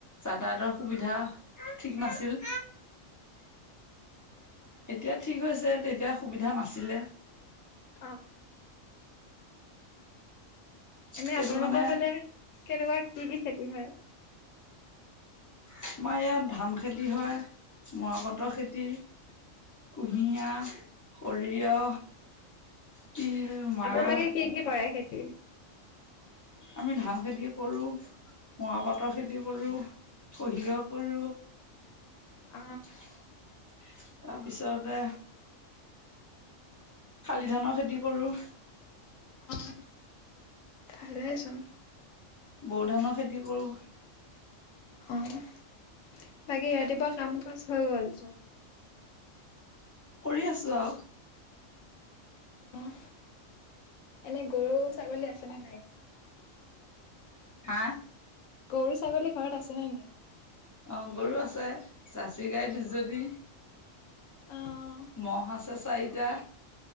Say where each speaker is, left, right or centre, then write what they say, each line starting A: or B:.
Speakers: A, on the left; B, on the left.
A: যাতায়াতৰ সুবিধা ঠিক নাছিল। এতিয়া ঠিক হৈছে তেতিয়া সুবিধা নাছিলে।
B: আহ এনে
A: সেইটো
B: আপোনালোকৰ
A: কাৰণে
B: ফালে কেনেকুৱা কি কি খেতি হয়।
A: আমাৰ ইয়াত ধান খেতি হয় মৰাপাতৰ খেতি কুঁহিয়াৰ, সৰিয়হ তিল মাহ
B: আপোনালোকে কি কি কৰে খেতি?
A: আমি ধান খেতি কৰোঁ, মৰাপাটৰ খেতি কৰোঁ। সহিয় কৰো।
B: অ
A: তাৰপিছতে শালি ধানৰ খেতি কৰো।
B: আহ, ভালেচোন।
A: বোৰ ধানৰ খেতি কৰো।
B: অ' অ' বাকী ৰাতিুৱা কাম কাজ হৈ গ'ল চ'ব।
A: কৰি আছো আৰু
B: আহ এনে গৰু ছাগলী আছে নে নাই।
A: হা
B: গৰু ছাগলী ঘৰত আছেনে নাই।
A: অ' গৰু আছে জাচি গাই দুজনি
B: অ
A: ম'হ আছে চাৰিটা।